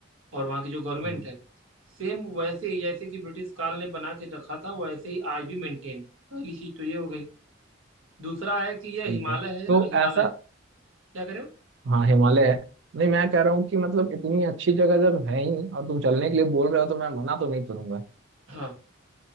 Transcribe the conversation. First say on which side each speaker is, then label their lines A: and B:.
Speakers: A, on the right; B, on the right.
A: और वहां की जो गवर्नमेंट
B: हाँ
A: है सेम वैसे ही जैसे कि ब्रिटिश काल ने बना के रखा था वैसे ही आज भी मेंटेन है पहली चीज तो ये हो गई दूसरा है कि ये
B: ठीक
A: हिमालय
B: है
A: है ना
B: तो
A: हिमालय
B: ऐसा
A: क्या कह रहे हो
B: हाँ हिमालय है नहीं मैं कह रहा हूँ कि मतलब इतनी अच्छी जगह जब है ही और तुम चलने के लिए बोल रहे हो तो मैं मना तो नहीं करूंगा
A: हाँ